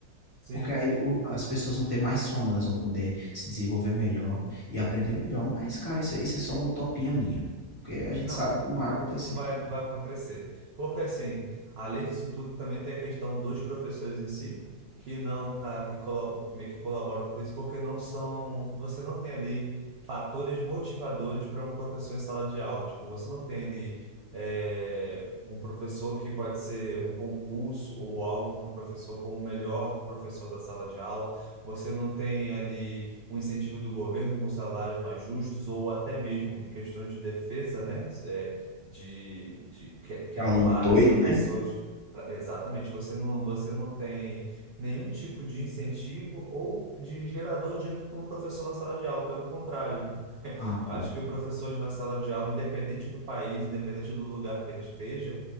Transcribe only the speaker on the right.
sim,
sim.
Não,
eh,
não vai, não vai acontecer. Porque, assim, além disso tudo, também tem a questão dos professores em si, que não, para que, colab- que meio que colaboram por isso, porque não são, você não tem ali fatores motivadores para um professor em sala de aula. Tipo, você não tem ali eh, um professor que pode ser um concurso ou algo para um professor como o melhor professor da sala de aula. Você não tem ali um incentivo do governo com salários mais justos, ou até mesmo em questões de defesa, né? É, de, de que, que
ampare
professores.
Pra- Exatamente, você não, você não tem nenhum tipo de incentivo ou de gerador de ânimo para um professor na sala de aula, pelo contrário,
eu
acho que o professor na sala de aula, independente do país, independente do lugar que ele esteja,